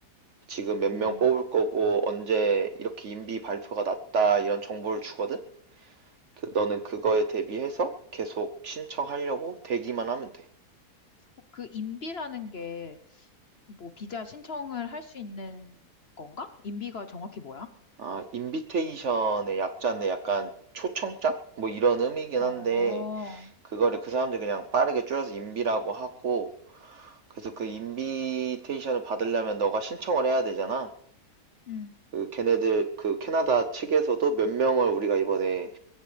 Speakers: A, on the right; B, on the left.
A: 지금 몇 명
B: 음,
A: 뽑을 거고 언제 이렇게 인비 발표가 났다 이런 정보를 주거든? 그- 너는 그거에 대비해서 계속 신청하려고 대기만 하면 돼.
B: 어, 그 인비라는 게 뭐 비자 신청을 할 수 있는 건가? 인비가 정확히 뭐야?
A: 아, 인비테이션의 약자인데 약간 초청장? 뭐 이런 의미긴
B: 어,
A: 한데 그거를 그 사람들이 그냥 빠르게 줄여서 인비라고 하고 그래서 그 인비테이션을 받으려면 너가 신청을 해야 되잖아.
B: 음,
A: 그 걔네들 그 캐나다 측에서도 몇 명을 우리가 이번에